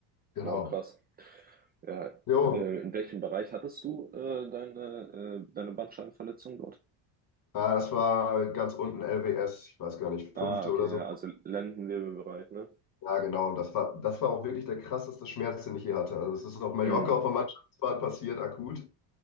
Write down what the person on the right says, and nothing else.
Wow, krass. Ja.
Äh, in welchem Bereich hattest du äh, deine, äh, deine Bandscheibenverletzung dort?
Ah,
okay,
ja, also Lendenwirbelbereich, ne?
Mhm.